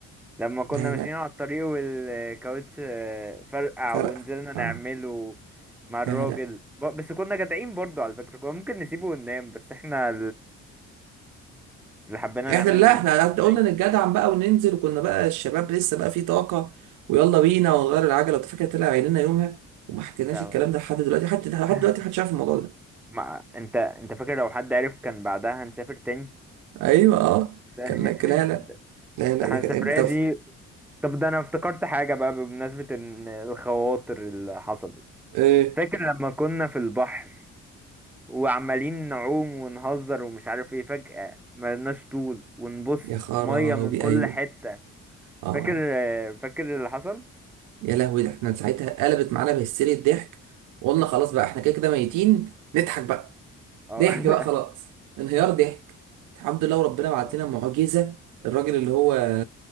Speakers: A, in the centre; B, on the right (about 90°).
A: لما كنا
B: لا
A: ماشيين
B: لا
A: على الطريق والكاوتش آه، فرقع
B: فرق
A: ونزلنا نعمله
B: اه
A: مع الراجل
B: لا لا
A: ب- بس كنا جدعين برضو على فكرة كنا ممكن نسيبه وننام بس احنا اللي حبينا
B: احنا
A: نعمل
B: لا احنا
A: نفسنا
B: قعدنا-
A: من بعيد
B: قلنا نتجدعن بقى وننزل وكنا بقى الشباب لسه بقى في طاقة ويلا بينا ونغير العجلة انت فاكر طلع عينينا يومها وما حكيناش
A: ده
B: الكلام ده لحد دلوقتي حتى لحد
A: <laughs>
B: دلوقتي محدش عارف الموضوع ده
A: ما انت انت فاكر لو حد عرف كان بعدها هنسافر تاني
B: ايوه اه
A: <laughs> ده
B: كان لا لا لا
A: ده
B: لا لا،
A: ده احنا
B: ده كانت
A: السفرية
B: بتف
A: دي طب ده انا افتكرت حاجة بقى بمناسبة ان الخواطر اللي حصلت
B: ايه
A: فاكر لما كنا في البحر وعمالين نعوم ونهزر ومش عارف ايه فجأة ملناش طول ونبص
B: يا خرابي
A: مية من كل
B: ايوه
A: حتة
B: اه
A: فاكر فاكر اللي حصل؟
B: يا لهوي ده احنا ساعتها قلبت معانا بهستيريا ضحك وقلنا خلاص بقى احنا كده كده ميتين نضحك بقى
A: اه
B: ضحك بقى خلاص انهيار ضحك الحمد لله وربنا بعت
A: <laughs>
B: لنا معجزة الراجل اللي هو